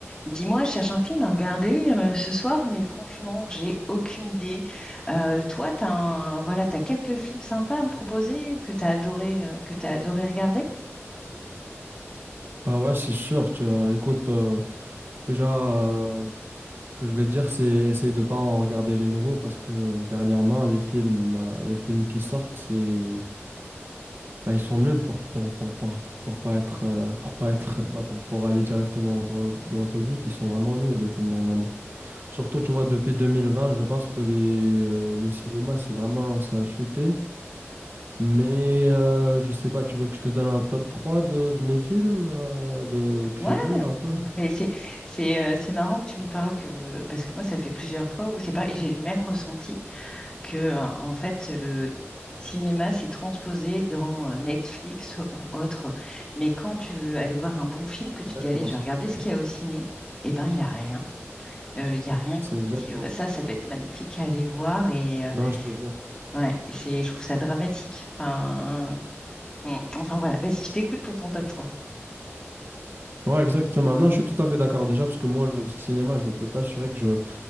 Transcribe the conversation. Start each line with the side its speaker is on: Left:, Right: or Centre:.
Left: Dis-moi, je cherche un film à regarder euh, ce soir, mais franchement, j'ai aucune idée. Euh, toi, t'as un- voilà, t'as quelques films sympas à me proposer que t'as adoré, euh, que t'as adoré regarder?
Right: Bah ouais, c'est sûr. tu- euh, écoute, euh, déjà, euh, ce que je vais te dire, c'est essaye de pas en regarder les nouveaux parce que dernièrement, les films, euh, les films qui sortent, c'est, bah, ils sont nuls pour pour pour pour pour pas être euh, pour pas être <laughs> bah, pour pour aller directement droit, au- droit au but. Ils sont vraiment nuls les films dernièrement. Surtout, tu vois, depuis 2020, je pense que les euh, le cinéma, c'est vraiment ça a chuté. Mais euh, je sais pas, tu veux que je te donne un top 3 de, de mes films euh, de, que
Left: Ouais,
Right: j'ai vu un peu?
Left: on- mais c'est c'est euh, c'est marrant que tu me parles que parce que moi, ça fait plusieurs fois où c'est pareil, j'ai le même ressenti que euh, en fait le cinéma s'est transposé dans euh, Netflix ou autre. Mais quand tu veux aller voir un bon film,
Right: C'est
Left: que
Right: exactement
Left: tu dis allez, je
Right: ça.
Left: vais regarder ce qu'il y a au ciné, eh ben il y a rien. il y a rien
Right: C'est
Left: que vous
Right: exactement
Left: dites dis,
Right: ça.
Left: «Ça, ça doit être magnifique à aller voir» et heu,
Right: Non, je te jure.
Left: ouais, c'est je trouve ça dramatique. Enfin, mmh, enfin voilà, vas-y, je t'écoute pour ton top trois
Right: Ouais, exactement. Non, je suis tout à fait d'accord déjà, parce que moi, le cinéma, je peux t'assurer que je